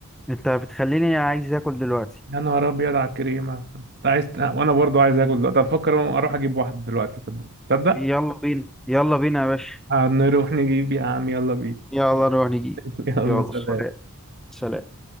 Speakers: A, in the centre; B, on the right.
A: انت بتخليني عايز اكل دلوقتي
B: يا نهار ابيض على الكريمه انت عايز وانا برضو عايز اكل دلوقتي افكر اروح اجيب واحده دلوقتي تصدق تصدق
A: يلا بينا يلا بينا يا باشا
B: آه، نروح نجيب يا عم يلا بينا
A: يلا نروح نجيب
B: <laughs> يلا
A: يلا
B: سلام
A: سلام سلام